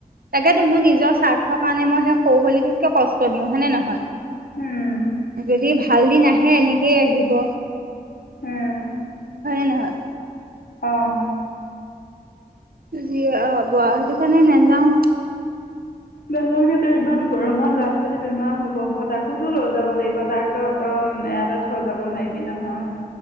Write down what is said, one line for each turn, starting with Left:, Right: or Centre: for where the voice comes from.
Right: তাকেতো মোৰ নিজৰ স্বাৰ্থৰ কাৰণে মই সেই সৰু পোৱালিটোক কিয় কষ্ট দিওঁ হয় নে নহয়।
Left: উম
Right: যদি ভাল দিন আহে এনেকেই আহিব।
Left: উম
Right: হয় নে নহয়?
Left: অঁ
Right: যি হয় হব আও সেইটো কাৰণে নেযাওঁ।
Left: গ'লে যদি ইমান গৰমত ল'ৰা ছোৱালী বেমাৰ হ'ব হয় তাকোতো লৈ যাব, লাগিব তাক- ত ত তম এয়াতে থৈ যাব নোৱাৰিবি নহয়।